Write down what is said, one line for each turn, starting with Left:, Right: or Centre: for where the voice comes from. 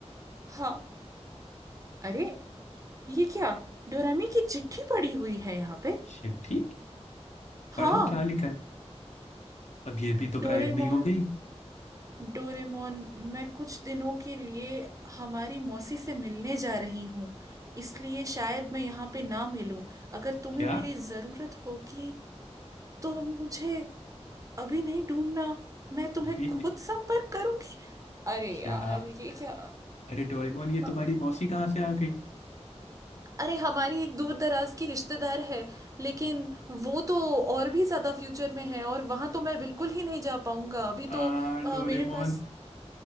Right: हाँ अरे ये क्या डोरेमी की चिट्ठी पड़ी हुई है यहाँ पे
Left: शिट, ठीक
Right: हाँ
Left: पढ़ो क्या लिखा है अब ये भी तो गायब
Right: डोरेमोन
Left: नहीं हो गई
Right: डोरेमोन मैं कुछ दिनों के लिए हमारी मौसी से मिलने जा रही हूँ इसलिए शायद मैं यहाँ पे ना मिलूं अगर तुम्हें
Left: क्या
Right: मेरी ज़रूरत होगी तो मुझे अभी नहीं ढूंढना मैं तुम्हें
Left: अभी
Right: खुद
Left: नहीं-
Right: संपर्क करूंगी अरे
Left: क्या
Right: यार ये क्या
Left: अरे डोरेमोन ये
Right: अ-
Left: तुम्हारी मौसी कहाँ से आ गई
Right: अरे हमारी एक दूर दराज की रिश्तेदार है लेकिन वो तो और भी ज्यादा फ्यूचर में है और वहां तो मैं बिल्कुल ही नहीं जा पाऊंगा अभी
Left: आ
Right: तो अ,
Left: डोरेमोन
Right: मेरे पास